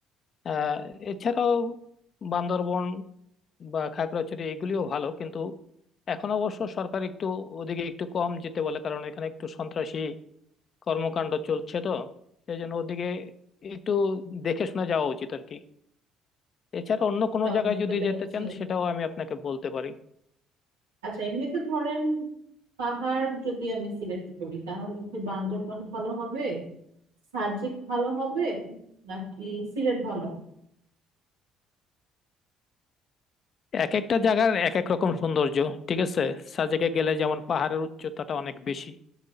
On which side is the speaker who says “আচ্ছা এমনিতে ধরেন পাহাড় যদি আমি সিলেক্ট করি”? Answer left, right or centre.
Right